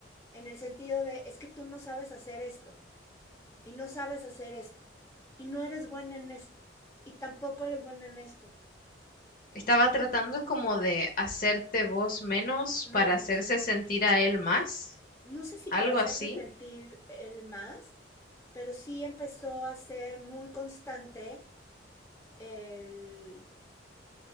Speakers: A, on the left; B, on the left.
A: en el sentido de, es que tú no sabes hacer esto, y no sabes hacer esto, y no eres buena en esto, y tampoco eres buena en esto,
B: estaba tratando como de hacerte vos menos
A: menos.
B: para hacerse sentir a él más,
A: No sé si
B: algo
A: para hacerse
B: así.
A: sentir el más, pero sí empezó a ser muy constante el,